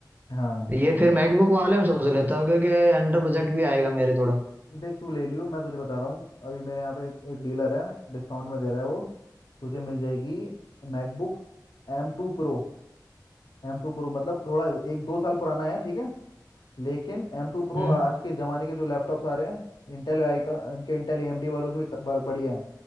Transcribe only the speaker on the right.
ये
फिर
मैकबुक वाले में सोच लेता हूँ क्योंकि अंडर बजट भी आएगा मेरे थोड़ा
हम्म।